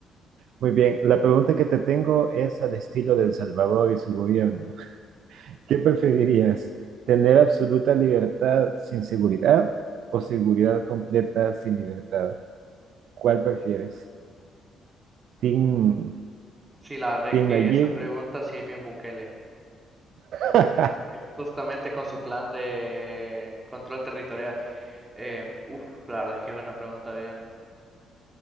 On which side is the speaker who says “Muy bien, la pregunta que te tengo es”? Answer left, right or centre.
Right